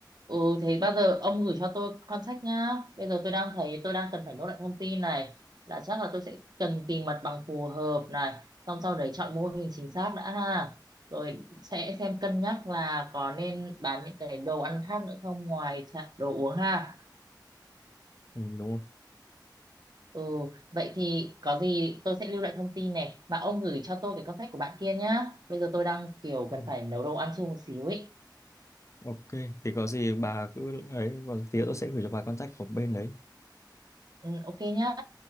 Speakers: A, on the right; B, on the left.
A: ừ thế bao giờ ông gửi cho tôi contact nhá bây giờ tôi đang thấy tôi đang cần phải nốt lại thông tin này là chắc là tôi sẽ cần tìm mặt bằng phù hợp này xong sau đấy chọn mô hình chính xác đã ha rồi sẽ xem cân nhắc là có nên bán những cái đồ ăn khác nữa không ngoài chả- đồ uống ha
B: ừ, đúng không
A: ừ vậy thì có gì tôi sẽ lưu lại thông tin này mà ông gửi cho tôi cái contact của bạn kia nhá bây giờ tôi đang kiểu
B: ừ.
A: cần phải nấu đồ ăn chưa một xíu ấy
B: ok thì có gì bà cứ ấy còn tí nữa tôi sẽ gửi cho bà contact của bên đấy
A: ừ, ok nhá